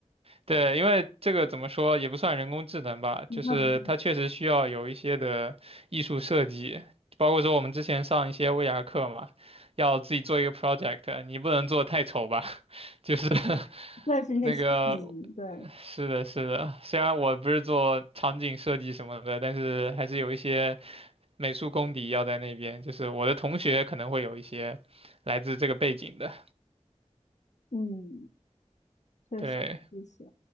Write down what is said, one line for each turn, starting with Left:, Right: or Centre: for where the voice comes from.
Right: 对，因为这个怎么说也不算人工智能吧，
Left: 不太不太，
Right: 就是它确实需要有一些的艺术设计，包括说我们之前上一些 VR 课嘛，要自己做一个 project，你不能做得太丑吧，<laughs> 就是 <laughs>
Left: 但是你得细嗯，
Right: 那个
Left: 对，
Right: 是的，是的，虽然我不是做场景设计什么的，但是还是有一些美术功底要在那边，就是我的同学可能会有一些来自这个背景的，
Left: 嗯，确实一些。
Right: 对，